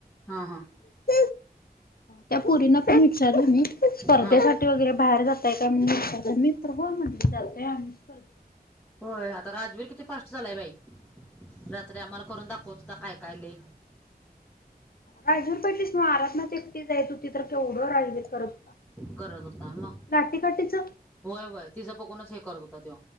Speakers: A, in the centre; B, on the left.
A: हां -हां
B: <inaudible> त्या पुरींना पण विचारलं मी स्पर्धेसा
A: हा
B: ठी वगैरे बाहेर जाताय काय म्हणून विचारल मी तर होय म्हणली जातोय आम्ही. स्पर्धेसाठी
A: होय आता राजवीर किती फास्ट झालाय बाई, रात्री आम्हाला करून दाखवत हुता काय -काय लई.
B: राजवीर पैटलीस <unintelligible> आराधना <unintelligible> ती जाईत होती तर केवढं राजवीर करत होता,
A: करत होता मग
B: लाटीकाटीच.
A: होय -होय तिचं बघूनच हे करत होता त्यो.